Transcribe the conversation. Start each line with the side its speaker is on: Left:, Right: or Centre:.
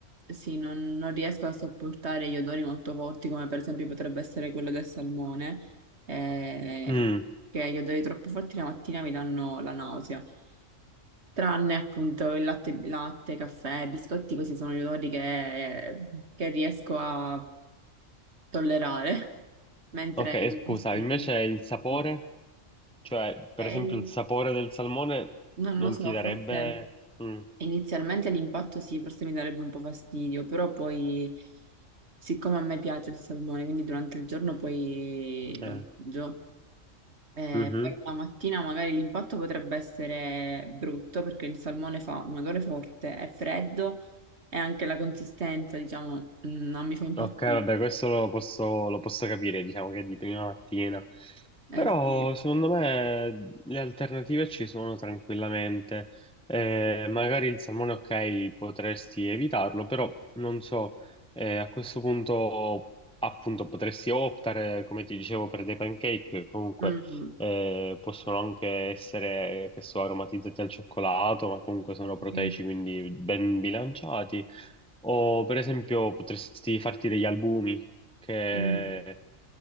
Right: eh, sì, non, non riesco a sopportare gli odori molto forti, come per esempio potrebbe essere quello del salmone, eh,
Centre: mm,
Right: che gli odori troppo forti la mattina mi danno la nausea. Tranne appunto il latte, latte, caffè, biscotti, questi sono gli odori che, che riesco a tollerare, <laughs> mentre
Centre: ok,
Right: gli
Centre: scusa,
Right: altri
Centre: invece il sapore,
Right: no.
Centre: cioè per
Right: E
Centre: esempio
Right: il-
Centre: il sapore del salmone
Right: non
Centre: non
Right: lo so,
Centre: ti darebbe...
Right: forse
Centre: mm,
Right: inizialmente l'impatto sì, forse mi darebbe un po' fastidio, però poi, siccome a me piace il salmone, quindi durante il giorno poi
Centre: eh,
Right: lo mangio. Eh,
Centre: mhm.
Right: per la mattina magari l'impatto potrebbe essere brutto perché il salmone fa un odore forte, è freddo e anche la consistenza, diciamo, mh, non mi fa impazzire.
Centre: Ok, vabbè, questo lo posso, lo posso capire, diciamo che è di prima mattina. Però
Right: Eh sì.
Centre: secondo me le alternative ci sono tranquillamente. Eh, magari il salmone, ok, potresti evitarlo, però non so, eh, a questo punto appunto potresti optare, come ti dicevo, per dei pancake, che comunque
Right: Mm.
Centre: eh, possono anche essere, che so, aromatizzati al cioccolato, ma comunque sono proteici,
Right: Sì.
Centre: quindi ben bilanciati. O per esempio potresti farti degli albumi che
Right: Mm.